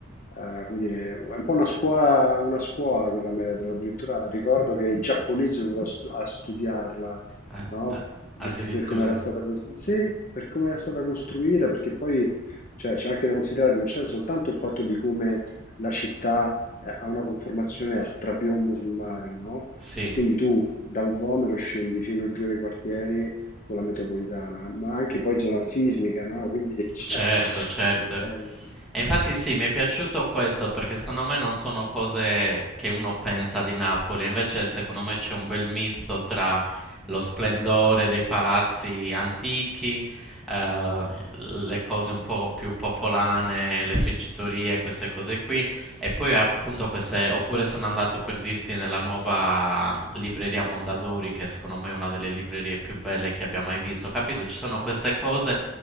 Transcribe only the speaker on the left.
eh, come dire, è un po' una scuola, una scuola quella metro. Addirittura ricordo che i giapponesi sono venuti a, stu- a studiarla,
no?
Per, per come era stata, cos- sì, per come era stata costruita, perché poi cioè, c'è anche da considerare, non c'è soltanto il fatto di come la città eh, ha una conformazione a strapiombo sul mare, no?
E quindi tu dal Vomero scendi fino giù ai quartieri con la metropolitana, ma anche poi zona sismica, no? Quindi, <laughs> cioè,
eh,